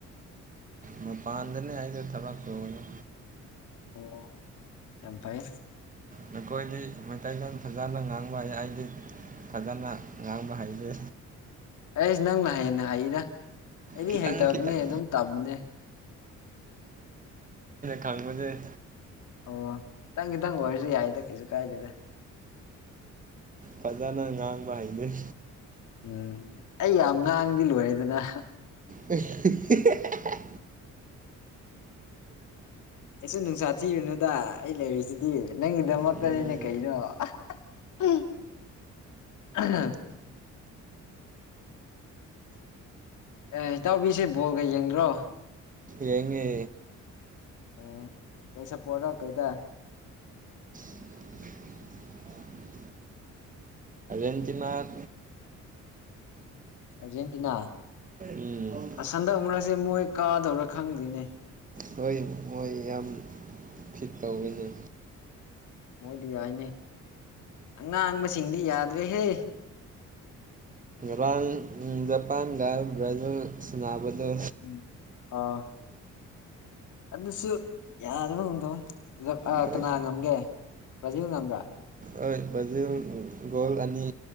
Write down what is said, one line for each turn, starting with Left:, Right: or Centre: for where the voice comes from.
Right: ꯃꯄꯥꯟꯗꯅꯤ ꯍꯥꯏꯗ ꯊꯕ ꯇꯗ
Left: ꯑꯣ ꯌꯥꯝ ꯐꯥꯏ
Right: ꯅꯈꯣꯏꯗꯤ ꯃꯩꯇꯩꯂꯣꯟ ꯐꯖꯅ ꯉꯥꯡ ꯉꯥꯡꯕ ꯍꯩ ꯑꯩꯗꯤ ꯐꯖꯅ ꯉꯥꯡꯕ ꯍꯩꯖꯦ
Left: ꯑꯩꯁ ꯅꯪꯅ ꯍꯥꯏꯌꯦꯅ ꯍꯥꯏꯔ ꯑꯩꯗꯤ
Right: ꯈꯤꯇꯪ
Left: ꯍꯩꯇꯕꯅꯦ
Right: ꯈꯤꯇꯪ
Left: ꯑꯗꯨꯝ ꯇꯝꯕꯅꯦ
Right: ꯈꯥꯡꯕꯁꯦ
Left: ꯑꯣ ꯈꯤꯇꯪ ꯈꯤꯇꯪ ꯑꯣꯏꯔꯁꯨ ꯌꯥꯏꯗ ꯀꯩꯁꯨ ꯀꯥꯏꯗꯦꯗ
Right: ꯐꯖꯅ ꯉꯥꯡꯕ ꯍꯅꯩ
Left: ꯎꯝ ꯑꯩ ꯌꯥꯝ ꯉꯥꯡꯗꯤ ꯂꯣꯏꯔꯦꯗꯅ
Right: ꯑ
Left: ꯑꯩꯁꯨ ꯅꯨꯡꯁꯥ ꯊꯤꯔꯤꯅꯨꯗ ꯑꯩ ꯂꯩꯔꯤꯁꯤꯗꯤ ꯅꯪꯒꯤꯗꯃꯛꯇꯅꯤꯅꯦ
Right: ꯎꯝ
Left: ꯀꯩꯅꯣ ꯎꯝ ꯑꯦ ꯏꯇꯥꯎꯕꯤꯁꯦ ꯕꯣꯜꯒ ꯌꯦꯡꯗ꯭ꯔꯣ
Right: ꯌꯦꯡꯉꯦ
Left: ꯑꯣ ꯀꯩꯁꯄꯣꯔꯠꯔꯣ ꯀꯩꯗ
Right: <inaudible> ꯑꯇꯃ
Left: ꯑꯔꯖꯦꯟꯇꯤꯅꯥ
Right: ꯎꯝ
Left: ꯑꯁꯟꯗꯛ ꯑꯃꯛꯁꯤꯦ ꯃꯣꯏ ꯀꯥꯗꯧꯔꯥ ꯈꯪꯗ꯭ꯣꯏꯅꯦ
Right: ꯍꯣꯏ ꯃꯣꯏ ꯌꯥꯝ ꯐꯤꯠ ꯇꯧꯤꯅꯤ
Left: ꯎꯝ ꯃꯣꯏꯗꯤ ꯌꯥꯏꯅꯦ ꯑꯉꯥꯡꯕꯁꯤꯡꯗꯤ ꯌꯥꯗ꯭ꯔꯦꯍꯦ
Right: ꯔꯥꯡ ꯖꯄꯥꯟ ꯭ꯔꯥꯖꯤꯜ ꯁꯅꯥ ꯃꯗꯨ
Left: ꯎꯝ ꯑꯣ ꯑꯗꯨꯁꯨ ꯌꯥꯗꯕ ꯉꯝꯗꯧ
Right: ꯍꯣꯏ
Left: ꯀꯅꯥ ꯉꯝꯒꯦ ꯭ꯔꯖꯤꯜ ꯑꯃꯥ
Right: ꯍꯣꯏ ꯕ꯭ꯔꯖꯤꯜ ꯒꯣꯜ ꯑꯅꯤ